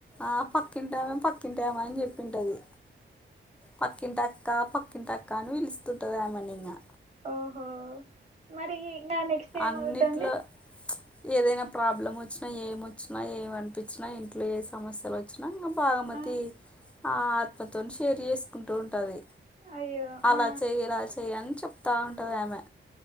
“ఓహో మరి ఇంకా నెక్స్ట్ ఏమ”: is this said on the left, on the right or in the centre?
Right